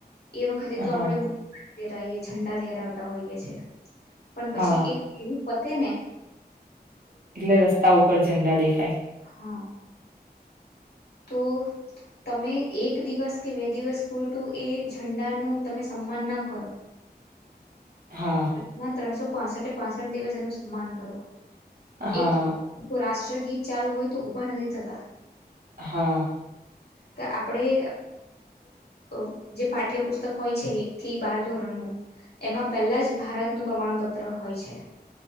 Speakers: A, on the left; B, on the right.
A: એ વખતે તો આપડે
B: હા.
A: બહુ એ ઝંડા લેરાવતા હોઈએ છીએ પણ પછી
B: હા
A: એવું પ તેને
B: એટલે રસ્તા ઉપર ઝંડા દેખાય
A: હા તો તમે એક દિવસ કે બે દિવસ પૂરતું એ ઝંડાનું તમે સન્માન ના કરો
B: હા
A: દના ત્રણસો પાસઠ પાસઠ દિવસ એનું સન્માન કરો
B: હા
A: એક રાષ્ટ્ર રાષ્ટ્રગીત ચાલુ હોય તો ઉભા નથી થતા,
B: હા
A: કે આપણે અ જે પાઠ્યપુસ્તક હોય છે, એક થી બાર ધોરણનું એમાં પહેલા જ ભારતનું પ્રમાણપત્ર હોય છે.